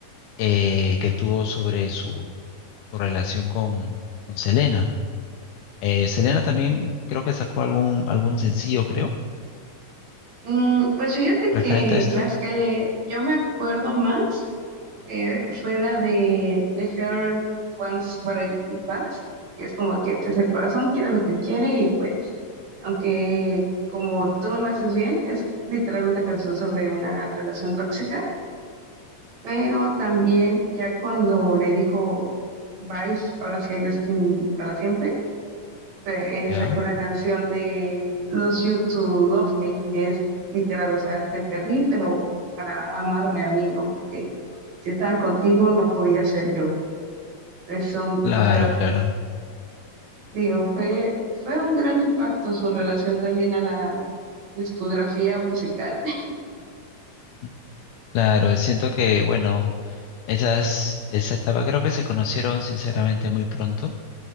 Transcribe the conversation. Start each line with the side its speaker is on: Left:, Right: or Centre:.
Left: eh, que tuvo sobre su, su relación con, con Selena. Eh, Selena también creo que sacó algún, algún sencillo, creo,
Right: Mm, pues fíjate
Left: referente
Right: que
Left: a esto.
Right: las que yo me acuerdo más eh, fue la de The Heart Wants What It It Wants, que es como que pues el corazón quiere lo que quiere y pues aunque como tú no me haces bien, es literal una canción sobre una relación tóxica, pero también ya cuando le dijo bye, ahora sí a Justin para siempre eh,
Left: Ya,
Right: sacó la canción de Los You to Love Me, que es literal, o sea, te perdí, pero para amarme a mí, ¿no? Porque si estaba contigo no podía ser yo. Es son,
Left: claro,
Right: o sea,
Left: claro.
Right: digo, fue, fue un gran impacto su relación también a la discografía musical. <laughs>
Left: Ujú. Claro, siento que, bueno, esas, esa etapa creo que se conocieron sinceramente muy pronto